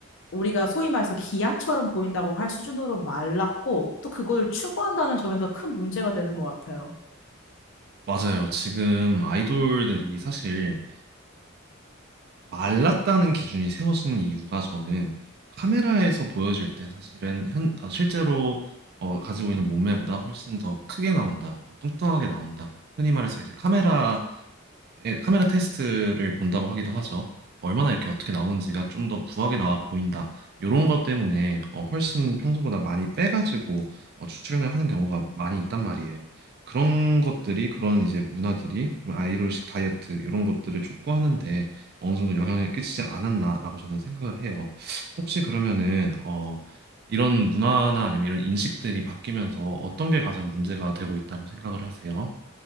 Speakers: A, on the left (about 60°); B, on the right (about 50°).
A: 우리가 소위 말해서 기아처럼 보인다고 할 수준으로 말랐고 또 그걸 추구한다는 점에서 큰 문제가 되는 것 같아요.
B: 맞아요. 지금 아이돌들이 사실 말랐다는 기준이 세워진 이유가 저는 카메라에서 보여질 때 사실은 현, 어, 실제로 어, 가지고 있는 몸매보다 훨씬 더 크게 나온다, 어, 뚱뚱하게 나온다. 흔히 말해서 이제 카메라 예, 카메라 테스트를 본다고 하기도 하죠. 얼마나 이렇게 어떻게 나오는지가 좀 더 부하게 나와 보인다. 이런 것 때문에 어, 훨씬 평소보다 많이 빼가지고 어, 출연을 하는 경우가 많이 있단 말이에요. 그런 것들이 그런 이제 문화들이 좀 아이돌식 다이어트 이런 것들을 촉구하는데 어느 정도 영향을 끼치지 않았나라고 저는 생각을 해요. 혹시 그러면은 어, 이런 문화나 아니면 이런 인식들이 바뀌면서 어떤 게 가장 문제가 되고 있다고 생각을 하세요?